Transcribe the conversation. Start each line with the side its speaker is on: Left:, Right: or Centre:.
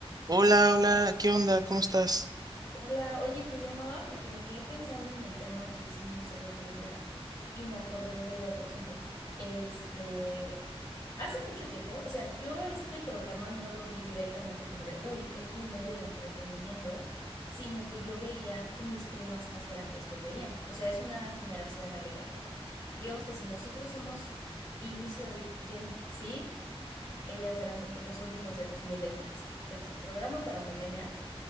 Right: Hola, hola, ¿qué onda? ¿Cómo estás?
Left: Hola, oye, te llamaba porque me quedé pensando en el tema que hicimos el otro día y me acordé de otro ejemplo. Este, hace mucho tiempo, o sea, yo este programa no lo vi directamente como de, uy, es mi medio de entretenimiento, sino que yo veía que mis primas más grandes lo veían. O sea, es una generación arriba, ¿no? Digamos que si nosotros somos inicio de Gen Z, ellas eran como los últimos de los millennials. Entonces, programa para millennials